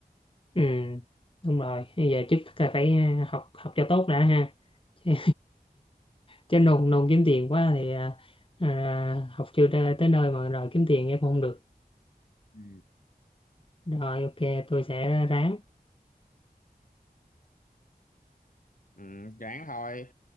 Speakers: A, on the left; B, on the left.
A: ừ, đúng rồi, bây giờ trước là phải ờ, học học cho tốt đã ha Chứ cho nồn nồn kiếm tiền quá thì à, à, học chưa ra tới nơi mà rồi kiếm tiền em không được
B: Ừ.
A: rồi ok tôi sẽ ráng
B: ừ, ráng thôi